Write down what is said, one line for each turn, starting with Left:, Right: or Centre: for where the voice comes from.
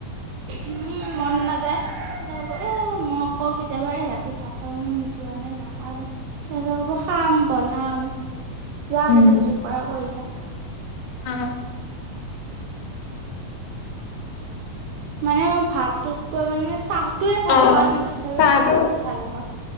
Right: উম মন নাযায়, তাহাঁতে কব এ মই কওঁ কেতিয়াবা এই ৰাতি ভাত খাব মন। যোৱা নাই নাখাওঁ দে সিহঁতে ক'ব খাম বনাম। যা
Left: উম
Right: বোলো যি কৰা কৰি থাক।
Left: অ
Right: মানে মোৰ ভাতটোতকৈ মানে চাহ। টোয়ে ভাল
Left: অ
Right: পাওঁ কিন্তু, তথাপিও
Left: চাহটো
Right: ভাত ইমান ভাল নাপাওঁ।